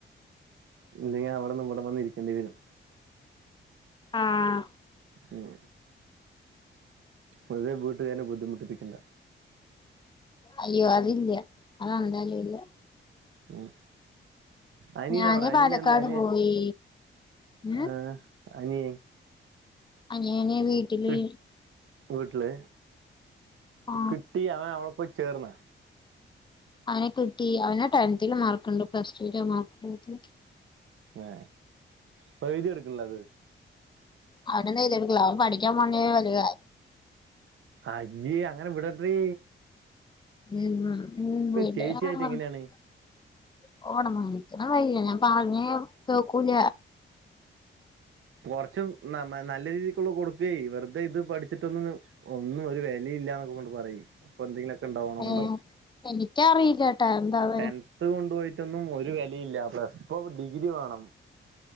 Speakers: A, on the right (about 80°); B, on the left (about 20°).
A: നീ അവ്ട്ന്ന് ഇവടെ വന്ന് ഇരിക്കേണ്ടി വരും
B: ആഹ്
A: ഉം വെറുതേ വീട്ടുകാരെ ബുദ്ധിമുട്ടിപ്പിക്കേണ്ട
B: അയ്യോ അതില അതന്താലും ഇല്ല.
A: ഉം അനനവിടെ
B: ഞാന്
A: അനന
B: പാലക്കാട്
A: എന്ത അന
B: പോയി ഉം
A: ആ അനി
B: അനിയന് വീട്ടില്
A: കി വീട്ടില്
B: ആ
A: കിട്ടി അവൻ അവടെ പോയി ചേർന്നാ?
B: അവനെ കിട്ടി അവനെ ടെൻതൽ മാർക്ക്ണ്ട് പ്ലസ് ടുൽ മാർക്ക്
A: ഏ പ്പ എഴുതി എടുക്കല്ല അത്?
B: അവിടെന്ന എഴുതി എടുക്കല അവ പഠിക്കാൻ പോണ വലിയ
A: അയ്യേ അങ്ങനെ വിടടീ
B: <unintelligible>
A: ചേച്ചിയായിട്ട് എങ്ങനെയാണ്
B: ഓട മനിക്കണ വയല്ല ഞാൻ പറഞ്ഞേ കേക്കൂല.
A: കുറച്ചും ന നല്ല രീതിക്കുള്ള കൊടുക്ക വെറുതെ ഇത് പഠിച്ചിട്ടൊന്ന ഒന്നും ഒരു ക്കെ പറ അപ്പൊ എന്തെങ്കിലുമൊക്കെണ്ട
B: ഏ
A: ഓണ്ട
B: എനിക്കറിയില്ലട്ടാ എന്താണ്
A: ത്ത് കൊണ്ടു പോയിട്ടൊന്നും ഒരു വിലയില്ല പ്ലസ് ഇപ്പൊ ഡിഗ്രി വേണം